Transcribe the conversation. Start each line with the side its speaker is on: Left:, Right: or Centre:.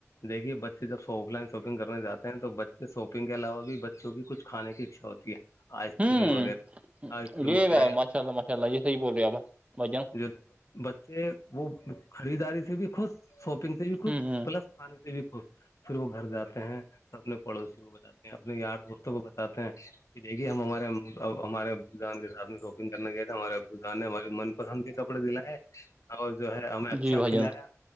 Left: دیکھیے بچے جب آف لائن شاپنگ کرنے جاتے ہیں تو بچے شاپنگ کے علاوہ بھی بچوں کی کچھانے کی اچھا ہوتی ہے ا <unintelligible>
Right: ہوں
Left: کرم وغیرہ آئس کرم
Right: یہ
Left: وغیرہ
Right: با
Left: یا
Right: ماشاء اللہ ماشاء اللہ یہ صحیح بول رہے آپ بھائی جان
Left: جو بچے وہ خریداری سے بھی خوش شاپنگ سے بھی خوش
Right: ہوں ہ
Left: پلس کھانے سے بھی خوش پھر وہ گھر جاتے ہیں تو اپنے پڑوسی کو ب جاتے اپنے یار دوستوں کو بتاتے ہیں کہ دیکھیے ہمارے اب ہمارے بل جان کے ساتھ شاپنگ کرنے گئے تھے ہمارے بلجان نے ہماری من پسند کے کپڑے دلائے ہیں اور جو ہے ہمیں اچھا
Right: جی بھائی
Left: کھلایا
Right: جان